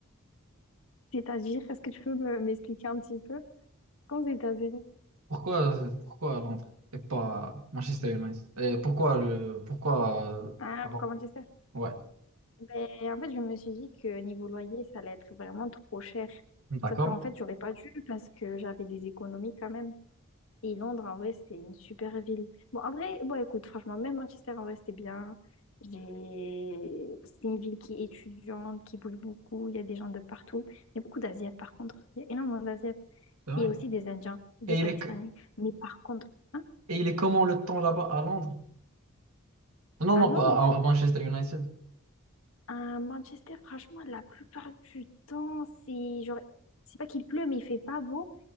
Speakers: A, on the left; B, on the right.
A: C'est-à-dire, est-ce que tu peux me- m'expliquer un petit peu? Comment ça, États-Unis
B: Pourquoi, pourquoi Londres et pas Manchester United? Et pourquoi le, pourquoi euh,
A: Ah,
B: avant?
A: pourquoi Manchester?
B: Ouais,
A: Ben, en fait, je me suis dit que niveau loyer, ça allait être vraiment trop cher.
B: d'accord,
A: Sauf qu'en fait, j'aurais pas dû parce que j'avais des économies quand même. Et Londres, en vrai, c'est une super ville. Bon, en vrai, bon, écoute, franchement, même Manchester, en vrai, c'était bien. J'ai... C'est une ville qui est étudiante, qui bouge beaucoup. Il y a des gens de partout. Il y a beaucoup d'Asiates, par contre. Il y a énormément d'Asiates.
B: c'est vrai.
A: Et aussi des Indiens, des
B: Et
A: Pakistanais.
B: il est, que-
A: Mais par contre, hein,
B: et il est comment le temps là-bas à Londres? Non,
A: à
B: non,
A: Londres,
B: pas à, à Manchester United.
A: À Manchester, franchement, la plupart du temps, c'est genre, c'est pas qu'il pleut, mais il fait pas beau.